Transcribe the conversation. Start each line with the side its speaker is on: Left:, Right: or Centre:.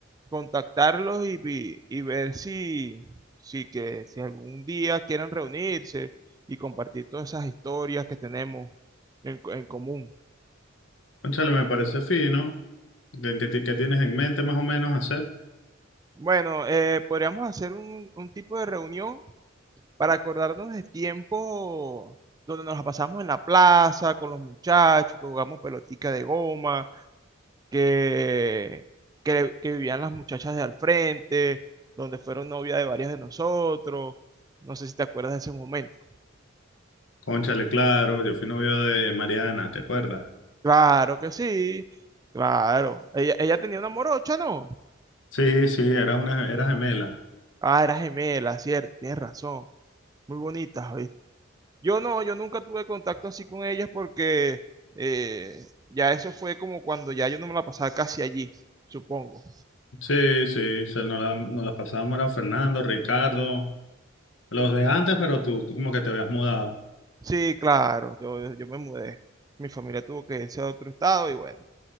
Right: contactarlos y, vi- y ver si, si, que, si algún día quieren reunirse y compartir todas esas historias que tenemos en co- en común.
Left: Cónchale, me parece fino. ¿De ¿Qué, ti- qué tienes en mente más o menos hacer?
Right: Bueno, eh, podríamos hacer un, un tipo de reunión para acordarnos de tiempo donde nos la pasamos en la plaza con los muchachos, que jugamos pelotica de goma, que, que, que vivían las muchachas de al frente, donde fueron novia de varios de nosotros. No sé si te acuerdas de ese momento.
Left: Cónchale, claro, yo fui novio de Mariana, ¿te acuerdas?
Right: Claro que sí, claro. Ella, ella tenía una morocha, ¿no?
Left: Sí, sí, era una, era gemela.
Right: Ah, era gemela, cierto, tienes razón. Muy bonita, Yo no, yo nunca tuve contacto así con ellas porque eh, ya eso fue como cuando ya yo no me la pasaba casi allí, supongo.
Left: Sí, sí, se- nos, la- nos las pasábamos, era Fernando, Ricardo, los de antes, pero tú como que te habías mudado.
Right: Sí, claro, yo, yo me mudé. Mi familia tuvo que irse a otro estado y bueno.